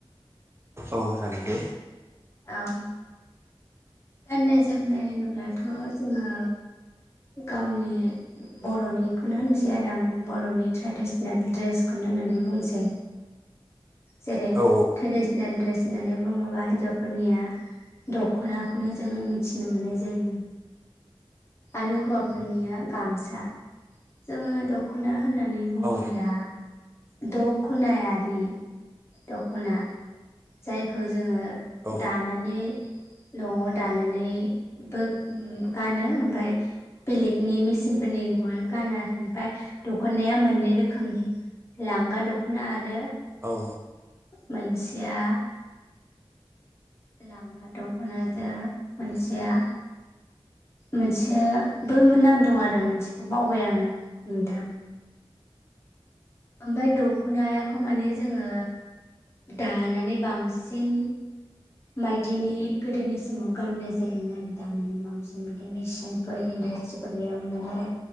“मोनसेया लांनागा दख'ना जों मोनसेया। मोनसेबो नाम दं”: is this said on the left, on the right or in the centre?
Left